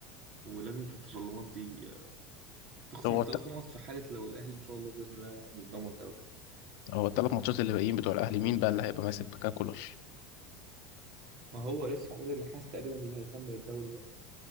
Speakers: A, on the right; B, on the left.
A: ولجنة التظلمات دي تخصم
B: هو
A: الثلاث
B: الت-
A: نقط في حالة لو الأهلي إن شاء الله بإذن الله يعني ضمن الدوري
B: هو الثلاث ماتشات اللي باقيين بتوع الاهلي مين بقى اللي هيبقى ماسك مكان كولر
A: ما هو لسه عماد النحاس تقريبا اللي هيكمل الدوري بقى